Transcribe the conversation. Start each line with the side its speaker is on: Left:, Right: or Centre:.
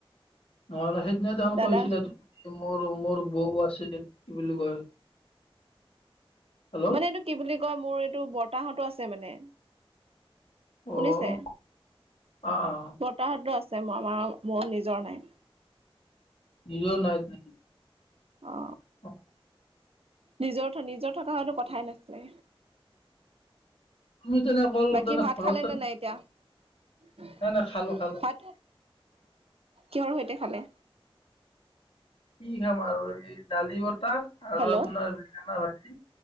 Left: নহয়ানে সেইদিনা ত
Right: দাদা
Left: কৈছিলা মোৰ মোৰ বৌ আছিল কি বুলি কয় হেল্ল'
Right: মানে এইটো কি বুলি কয় মোৰ এইটো টো বতাহঁতো আছে মানে
Left: অ',
Right: শুনিছে
Left: আ, আ,
Right: বৰতাহতৰ আছে আমাৰ মোৰ নিজৰ নাই
Left: নিজো নাই নেকি
Right: অ
Left: অ <unintelligible>
Right: নিজৰ নিজৰ থকা হয়তো কথাই নাছিলে
Left: তুমি তেনে অকল
Right: বাকী
Left: তেনে
Right: ভাত
Left: ঘৰত
Right: খালে নে নাই? এতিয়া
Left: নাই নাই খালো খালো
Right: ভাত অ কিহৰ সৈতে খালে
Left: কি খাম আৰু এই দালি বটাহ আৰু
Right: হেল্ল'।
Left: আপোনাৰ বেঙেনা ভাজি